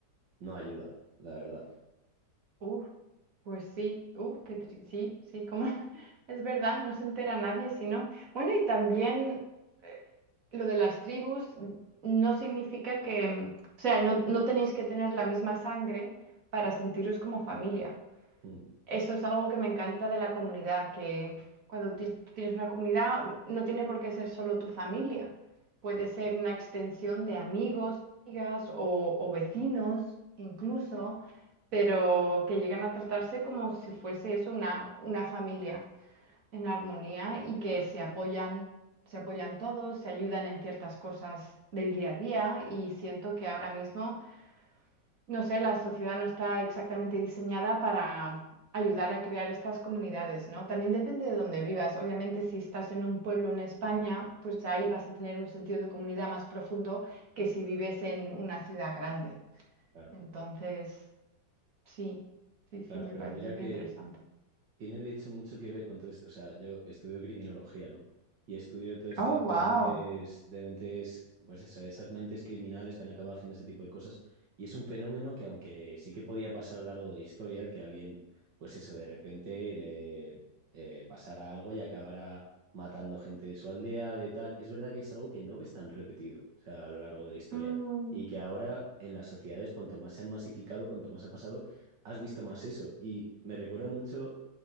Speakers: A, on the right; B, on the right.
A: no ayuda, la verdad.
B: Uf, pues sí, uf, que tri- sí, sí, como <laughs> es verdad, no se entera nadie si no. Bueno, y también eh, lo de las tribus n- no significa que, mm, o sea, no, no tenéis que tener la misma sangre para sentiros como familia.
A: Mm,
B: Eso es algo que me encanta de la comunidad, que cuando ti- tú tienes una comunidad no tiene por qué ser solo tu familia, puede ser una extensión de amigos, amigas o, o vecinos incluso, pero que llegan a tratarse como si fuese eso una, una familia en armonía y que se apoyan, se apoyan todos, se ayudan en ciertas cosas del día a día y siento que ahora mismo... No sé, la sociedad no está exactamente diseñada para ayudar a crear estas comunidades, ¿no? También depende de dónde vivas. Obviamente, si estás en un pueblo en España, pues ahí vas a tener un sentido de comunidad más profundo que si vives en una ciudad grande.
A: claro,
B: Entonces, sí, sí, sí,
A: claro.
B: me
A: Pero
B: parece
A: mira
B: súper
A: que
B: interesante.
A: Tiene de hecho mucho que ver con todo esto. O sea, yo estudio criminología, ¿no? Y estudio todo este
B: Oh,
A: tipo
B: wow.
A: de mentes, de mentes, pues eso, esas mentes criminales que han acabado haciendo este tipo de cosas. Y es un fenómeno que, aunque sí que podía pasar a lo largo de la historia, que alguien, pues eso, de repente le eh, pasara algo y acabara matando gente de su aldea, de tal, es verdad que es algo que no ves tan repetido, o sea, a lo largo de la historia.
B: Mm,
A: Y que ahora en las sociedades, cuanto más se han masificado, cuanto más ha pasado, has visto más eso. Y me recuerda mucho